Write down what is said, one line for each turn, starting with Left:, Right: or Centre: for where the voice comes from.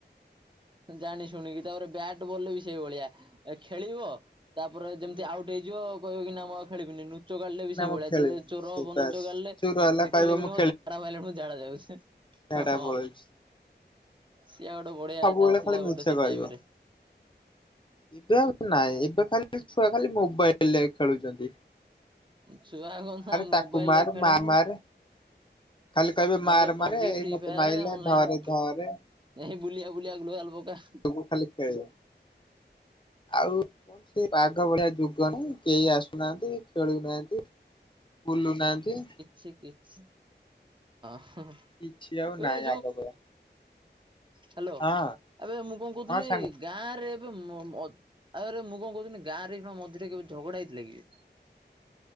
Right: ଜାଣି ଶୁଣିକି ତାପରେ ବ୍ୟାଟ୍ ବଲରେ ବି ସେଇ ଭଳିଆ ଖେଳିବ ତାପରେ
Left: ଦିଅନ୍ତି।
Right: ଯେମିତି ଆଉଟ ହେଇଯିବ କହିବ କି ନା ମୁଁ ଆଉ ଖେଳିବିନି। ଲୁଚକାଳି ବି
Left: ନା
Right: ସେଇଭଳିଆ
Left: ମୁଁ ଖେଳିବିନି
Right: ସେ ଯେ ଚୋର
Left: ସେ
Right: ହବ
Left: ବାସ୍
Right: ଲୁଚକାଳି
Left: ଚୁପ୍ ରହିଲା କହିବ
Right: ଖେଳିବିନି
Left: ମୁଁ
Right: ମ ଝାଡ଼ା ମାଇଲାଣି ମୁଁ ଝାଡ଼ା ଯାଉଚି।
Left: ଝାଡା
Right: ହ ହଁ।
Left: ପଳଉଛି।
Right: ସିଏ ଗୋଟେ ବଢିଆ
Left: ସବୁବେଳେ
Right: ଚାଲିଥିଲା
Left: ଖାଲି
Right: ଗୋଟେ
Left: ମିଛ
Right: ସେ
Left: କହିବ।
Right: ଟାଇମରେ।
Left: ଏବେ ଆଉ ନାଇଁ ଏବେ ଖାଲି ଛୁଆ ଖାଲି ମୋବାଇଲରେ ଖେଳୁଚନ୍ତି।
Right: ଛୁଆ କଣ ତା ମୋବାଇଲରେ
Left: ତାକୁ ମାର
Right: ଖେଳିବୁ।
Left: ମା ମାରେ ଖାଲି କହିବେ
Right: ହଁ
Left: ମାର
Right: ସେ ପବଜି
Left: ମାରେ ଏଇ
Right: ଫ୍ରି
Left: ମତେ
Right: ଫାୟର
Left: ମାଇଲା
Right: ଅନ୍ଲାଇନ
Left: ଧରେ ଧରେ
Right: ଏଇ ବୁଲିଆ ବୁଲିଆ ଗଲ ଆଲ ପକା।
Left: ସବୁ ଖାଲି ଖେଳ ଆଉ ସେ ବାଘ ଭଳିଆ ଯୁଗ ନାଇ। କେଇ ଆସୁନାହାନ୍ତି ଖେଳୁନାହାନ୍ତି ବୁଲୁନାହାନ୍ତି।
Right: ସେ କିଛି ହଁ।
Left: କିଛି ଆଉ ନାଇଁ
Right: ଏ
Left: ଆଗ ଭଳିଆ।
Right: ହାଲୋ
Left: ହଁ
Right: ଆବେ ମୁଁ କଣ କହୁଥିଲି
Left: ହଁ ସାଙ୍ଗ
Right: ଗାଁ ରେ ଏବେ ମ ମ ଆଥିରେ ମୁଁ କଣ କହୁଥିଲି ଗାଁ ରେ ଏଇକ୍ଷୀଣ ମଝିରେ କେବେ ଝଗଡା ହେଇଥିଲା କିିବେ?